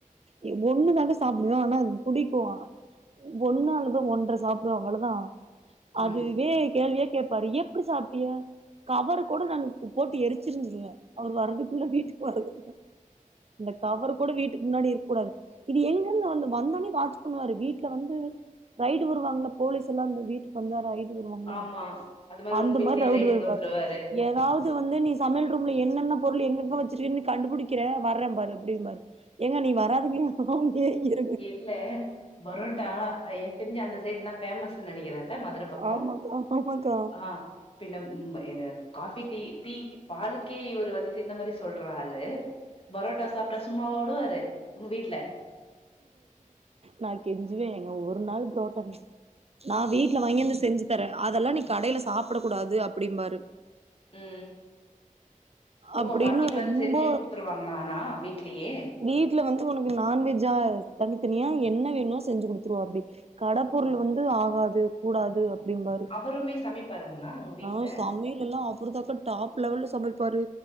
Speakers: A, on the right; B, on the left.
A: எ ஒண்ணு தாங்க சாப்பிடறோ ஆனா அது புடிக்கு ஒண்ணு அல்லது ஒன்றை சாப்பிடுவே அவ்ளதா அதுவே
B: ம்
A: கேள்வியா கேப்பாரு எப் ப்பிடி சாப்டியா கவரு கூட நானு போட்டு எரிச்சுருஞ்சுருவே அவரு வர்றதுக்குள்ள வீட்டுக்கு வரதுக்குள்ள அந்த கவர் கூட வீட்டுக்கு முன்னாடி இருக் கூடாது இது எங்கிருந்து வந்து வந்தோனே வாட்ச் பண்ணுவாரு வீட்டு ட்ல வந்து ரைடு வருவாங்கள போலீஸ் எல்லா அந்த வீட்டுக் வந்தா ரைடு வருவாங்கல
B: ஆமா அது
A: அந்த
B: உங்க வீட்லயே
A: மாரி ரவுண்டு
B: ரெய்டுக்கு
A: வருவாரு
B: வந்துருவாரு
A: ஏதாவது வந்து நீ சமையல் ரூம்ல என்னென்ன பொருள் எங்கெங்க வச்சிருக்கேனு கண்டுபிடிக்கிறே வரே பாரு அப்டின் பாரு ஏங்க நீ வராதிங்கக <unintelligible>
B: எட்ல பரோட்டா எனக் தெரிஞ்சு அந்த சைட்னா ஃபேமஸ்ன்னு நெனைக்கிறே ன மதுர பக்கோ
A: ஆமாக்கா ஆமாக்கா
B: ஆ பின்ன ம் ப எ காஃபி டீ டீ பாலுக்கே இவரு வந்துட்டு இந்த மாரி சொல்ற ஆளு போரோட்டா சாப்ட்டா சும்மாவா உடுவாரு உங்க வீட்ல
A: நா கெஞ்சுவே ஏங்க ஒரு நாள் தோட்டம் நா வீட்ல வாங்கியாந்து செஞ்சு தரே அதெல்லா நீ கடைல சாப்பிட கூடாது அப்படி பாரு
B: ம் ஓ
A: அப்டின்னு
B: வாங்கிட்டு வந்து
A: ரொம்ப
B: செஞ்சு குடுத்துருவாங்களா அணா வீட்லயே
A: வீட்ல வந்து உனக்கு நான் வெஜ்ஜா தனித்தனியா என்ன வேணு செஞ்சு குடுத்துருவாப்டி கட பொருள்
B: ஓ
A: வந்து ஆகாது கூடாது அப்டி பாரு
B: அவருமே சமைப்பாருங்ளா உங்க வீட்ல
A: ஆ சமையல் எல்லா அவரு தாக்கா டாப் லெவல்ல சமைப்பாரு